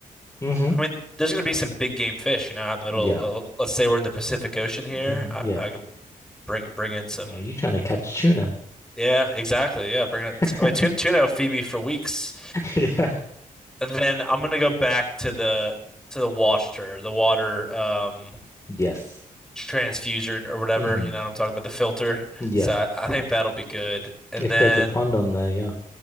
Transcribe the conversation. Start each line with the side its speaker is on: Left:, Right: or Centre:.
Left: hmm
Centre: I mean, there's going to be some big game fish, you know, out in the middle.
Left: Yeah.
Centre: Uh, let's say we're in the Pacific Ocean here.
Left: Damn,
Centre: I,
Left: yeah.
Centre: I could bring bring in some.
Left: Are you trying to catch tuna?
Centre: Yeah, exactly. Yeah, bring it.
Left: <laughs>
Centre: I mean, tuna, tuna will feed me for weeks,
Left: Yeah.
Centre: and then I'm going to go back to the to the water, the water um,
Left: Yes.
Centre: transfusion or whatever.
Left: hmm
Centre: You know, what I'm talking about the filter.
Left: Yeah.
Centre: So I, I think that'll be good. And
Left: If
Centre: then,
Left: there's a pond on there, yeah.